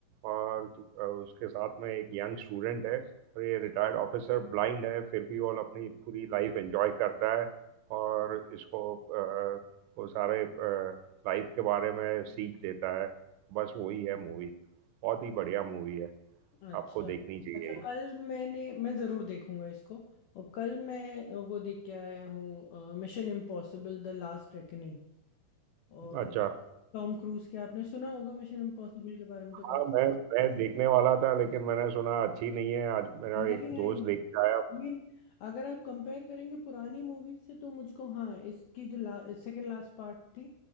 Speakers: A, on the right (about 80°); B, on the left (about 75°).
A: और तु- अ, उसके साथ में एक यंग स्टूडेंट है और ये रिटायर्ड ऑफिसर ब्लाइंड है फिर भी वो अपनी पूरी लाइफ एंजॉय करता है और इसको अ, वो सारे लाइफ के बारे में सीख देता है बस वही है मूवी बहुत ही बढ़िया मूवी है
B: अच्छा
A: आपको देखनी चाहिए
B: अच्छा
A: ये
B: कल मैंने मैं ज़रूर देखूंगा इसको और कल मैं अ, वो देख के आया हूँ Mission Impossible the last reckoning और
A: अच्छा
B: टॉम क्रूज के आपने सुना होगा मिशन इम्पॉसिबल के बारे में
A: हाँ
B: तो
A: मैं मैं देखने वाला था लेकिन मैंने सुना अच्छी नहीं है आज मेरा
B: नहीं
A: एक
B: नहीं
A: दोस्त देख के आया
B: मीन अगर आप कंपेयर करेंगे पुरानी मूवीज से तो मुझको हाँ इसकी जो ला, सेकंड लास्ट पार्ट थी